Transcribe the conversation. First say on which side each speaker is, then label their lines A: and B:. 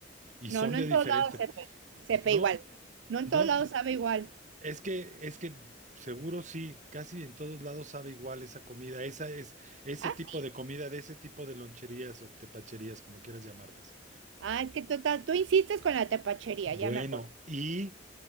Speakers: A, on the right; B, on the right.
A: Y
B: No,
A: son
B: no
A: de
B: en
A: diferente.
B: todos lados sepe, sepe
A: No,
B: igual. No
A: no,
B: en todos lados sabe igual.
A: es que, es que seguro sí, casi en todos lados sabe igual esa comida, esa es, ese
B: Ah,
A: tipo
B: sí.
A: de comida, de ese tipo de loncherías o tepacherías, como quieras llamarlas.
B: Ah, es que tú, ta- tú insistes con la tepachería,
A: Bueno,
B: ya me acuerdo.
A: y